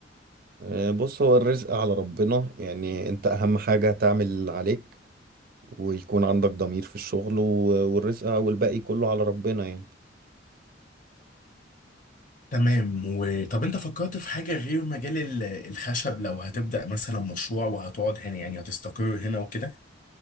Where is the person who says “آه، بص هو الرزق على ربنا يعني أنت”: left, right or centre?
Right